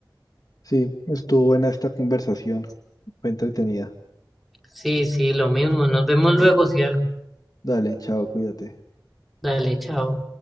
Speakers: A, on the left (about 50°); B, in the centre.
A: Sí, estuvo buena esta conversación, fue entretenida.
B: Sí, sí, lo mismo. Nos vemos luego si algo.
A: Dale, chao, cuídate.
B: Dale, chao.